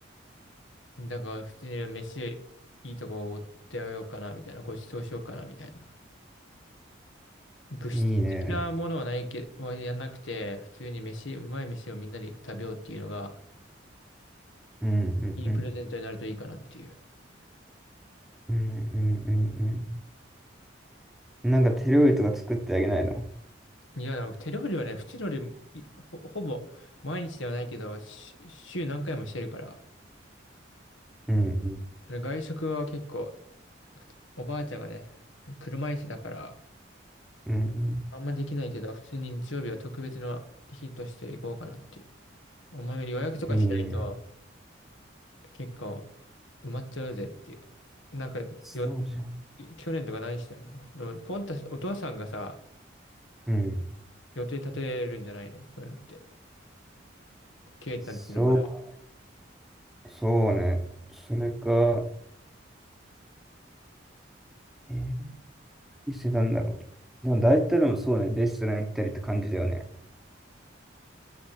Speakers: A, on the left (about 80°); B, in the centre.
A: ん。だから普通に飯いいとこおごってあげようかな、みたいな。ごちそうしようかな、みたいな。物質的なものはないけど、
B: いいね。
A: はやんなくて、普通に飯、うまい飯をみんなで食べようっていうのが、
B: うんうんうん。
A: いいプレゼントになるといいかなっていう。
B: うんうんうんうん。なんか手料理とか作ってあげないの
A: いや、でも手料理はね、普通のよりいほ、ほぼ毎日ではないけど、し週何回もしてるから。
B: うんうん。
A: 外食は結構おばあちゃんがね、車椅子だから、
B: うん
A: あんまできないけど、普通に日曜日は特別な日として行こうかなっていう。お前予約とかしないと
B: うん。いいね。
A: 結構埋まっちゃうぜっていう。なんかよ、
B: そうじゃん。
A: 去年とか何してんのでもポンタス、お父さんがさ、
B: うん。
A: 予定立てるんじゃないのそういうのって。ケイタンちの場合は。
B: そうそうね。それか、えー、何してたんだろう。でも大体でもそうね、レストラン行ったりって感じだよね。